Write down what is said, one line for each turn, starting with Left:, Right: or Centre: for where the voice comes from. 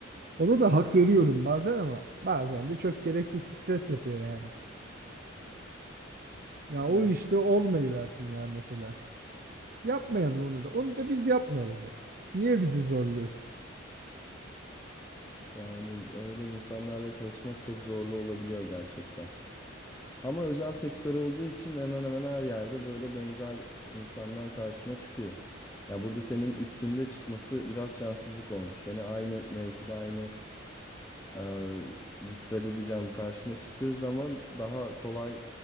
Right: Ona da hak veriyorum bazen ama bazen de çok gereksiz stres yapıyor yani. Ya o
Left: Evet.
Right: işte olmayı versin ya mesela. Yapmayalım onu da. Onu da biz yapmayalım ya. Niye bizi zorluyorsun?
Left: Yani öyle insanlarla çalışmak çok zorlu olabiliyor gerçekten. Ama özel sektör olduğu için hemen hemen her yerde böyle benzer insanlar karşına çıkıyor. Ya burada senin üstünde çıkması biraz şanssızlık olmuş. Gene aynı mevkide aynı e, rütbede diyeceğim karşına çıktığı zaman daha kolay